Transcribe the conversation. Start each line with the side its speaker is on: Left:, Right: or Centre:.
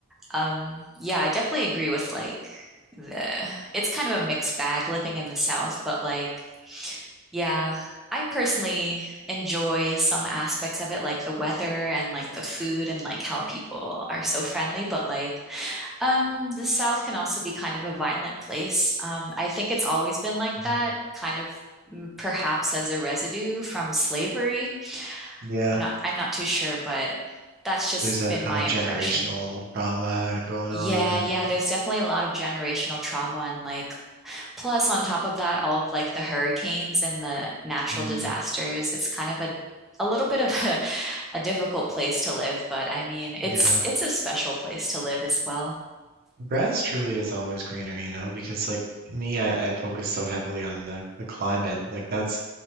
Centre: um yeah, I definitely agree with like the it's kind of a mixed bag living in the South, but like Yeah, I personally enjoy some aspects of it, like the weather and like the food and like how people are so friendly. But like, um, the South can also be kind of a violent place. Um, I think it's always been like
Right: Yeah.
Centre: that, kind of mm, perhaps as a residue from slavery.
Right: Yeah.
Centre: I'm not, I'm not too sure, but that's just
Right: There's that
Centre: been
Right: kind
Centre: my
Right: of
Centre: impression.
Right: generational trauma going
Centre: Yeah,
Right: on, and
Centre: yeah, there's definitely a lot of generational trauma and like Plus, on top of that, all of like the hurricanes and the natural
Right: mm,
Centre: disasters, it's kind of a a little bit of <laughs> a, a difficult place to live, but I mean, it's
Right: yeah,
Centre: it's a special place to live as well.
Right: grass truly is always greener, you know, because like me, I, I focus so heavily on the the climate. Like that's